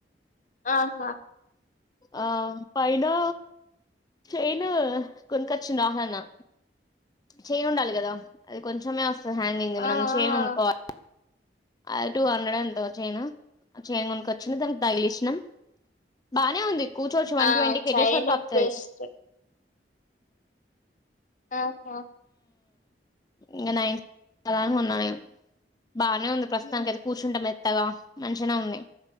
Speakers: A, on the left; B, on the left.
A: ఆ హా
B: ఆ పైనా చెయిను కొనుకోచ్చింది ఆమె నా చేయిన్ ఉండాలి కదా అది కొంచమే వస్తది హ్యాంగింగ్ మనం
A: ఆ
B: చేన్
A: ఆ
B: కొనుకోవాలి. అ టూ హండ్రెడ్ ఎంతో చైను, చైన్ కొనుకొచ్చిన దానికి తగిలిచ్చినా బానే ఉంది కూర్చోచ్చు వన్
A: ఆ
B: ట్వంటీ కేజెస్
A: చైన్
B: వరకు ఆపుతది.
A: బెస్ట్ ఆ హా
B: ఇంకా నైన్ నికి <unintelligible> కొన్నా నేను బానే ఉంది ప్రస్తుతానికైతే
A: ఉమ్
B: కూర్చుంటామ్ మేత్ త్తగా మంచినే ఉంది